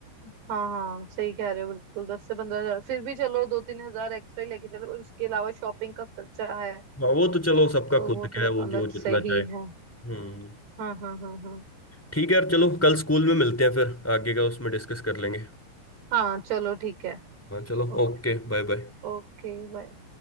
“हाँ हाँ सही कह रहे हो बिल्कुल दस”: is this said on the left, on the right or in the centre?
Right